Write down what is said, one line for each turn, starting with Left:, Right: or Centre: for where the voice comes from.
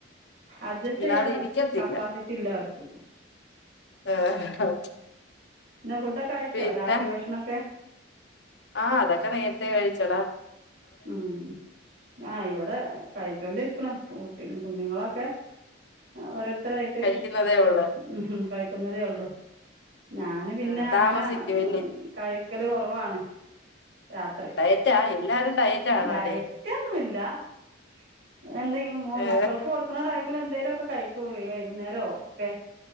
Right: അഡ്ജസ്റ്റ്
Left: ഇല്ലാതെ
Right: ചെയ്യാള്ള
Left: ഇരിക്കത്തില്ല
Right: കപ്പാസിറ്റി ഇല്ല അവർക്ക് പിന്നെ
Left: ഏഹ്
Right: ഇന്ന് ഫുഡൊക്കെ കഴിച്ചോ
Left: പിന്നെ
Right: രാത്രി ഭക്ഷണൊക്കെ
Left: ആ അതൊക്കെ നേരത്തെ കഴിച്ചൊടാ
Right: ഉം ആ ഇവിടെ കഴിച്ചോണ്ടിരിക്കണു ഉ <unintelligible> കുഞ്ഞുങ്ങളൊക്കെ ഓരോരു എത്രായിട്ട്
Left: കഴിക്കുന്നതേ ഉള്ളൂ
Right: ഉഹും കഴ് ക്കുന്നതേ ഒള്ളോ ഞാന് പിന്നെ
Left: ആ
Right: അങ്ങനെ
Left: താമസിക്കൂല്ലേ
Right: കഴിക്കല് കുറവാണ് രാത്രി
Left: ഡയറ്റാ എല്ലാരും ഡയറ്റ് ആണോടി
Right: ഡയറ്റ് ഒന്നുവില്ല ആ എന്തെങ്കിലും മൊ
Left: ആ
Right: മക്കൾക്ക് കൊടുക്കണ ടൈമിൽ എന്തേലൊക് ഒക്കെ കഴിക്കൊ വെ വൈകുന്നേരോ ഒക്കെ